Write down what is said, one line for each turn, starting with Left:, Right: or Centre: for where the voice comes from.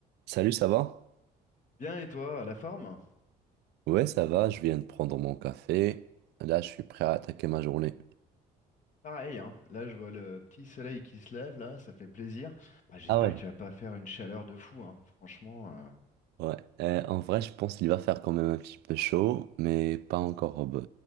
Right: Salut, ça va?
Left: Bien, et toi, la forme?
Right: Ouais, ça va, je viens de prendre mon café. Là, je suis prêt à attaquer ma journée.
Left: Pareil, hein. Là, je vois le petit soleil qui se lève, là, ça fait plaisir. Ah, j'espère
Right: Ah ouais.
Left: qu'il va pas faire une chaleur de fou, hein. Franchement, euh,
Right: Ouais, Euh, en vrai, je pense qu'il va faire quand même un petit peu chaud, mais pas encore. euh, bah,